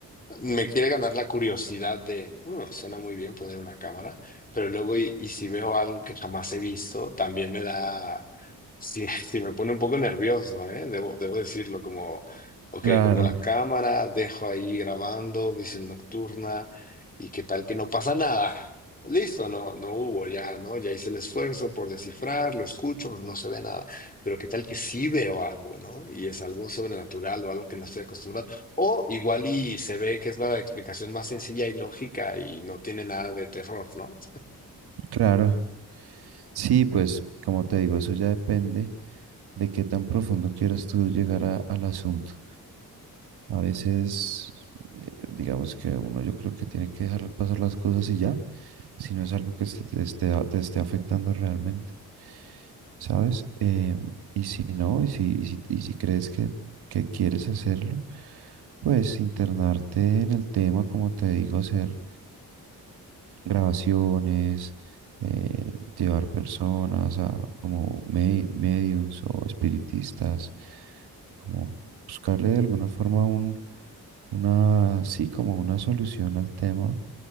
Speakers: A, on the left; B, on the right.
A: Me quiere ganar la curiosidad de, "Mm, suena muy bien poner una cámara, pero luego y, y si veo algo que jamás he visto, también me da, sí, <laughs> sí me pone un poco nervioso, ¿eh? Debo, debo decirlo como, ok,
B: claro,
A: pongo la cámara, dejo ahí grabando, visión nocturna, y qué tal que no pasa nada. Listo, no, no hubo ya, ¿no? Ya hice el esfuerzo por descifrar, lo escucho, no se ve nada, pero qué tal que sí veo algo, ¿no? Y es algo sobrenatural o algo que no estoy acostumbrado. O igual y se ve que es la explicación más sencilla y lógica y no tiene nada de terror, ¿no?
B: claro. Sí, pues, como te digo, eso ya depende de qué tan profundo quieras tú llegar a- al asunto. A veces, eh, digamos que uno yo creo que tiene que dejar pasar las cosas y ya, si no es algo que se te esté, a- te esté afectando realmente, ¿sabes? Em, y si no, y si, y si, y si crees que, que quieres hacerlo, pues internarte en el tema, como te digo, hacer grabaciones, eh, llevar personas a como me- mediums o espiritistas, como buscarle de alguna forma un, una, sí, como una solución al tema,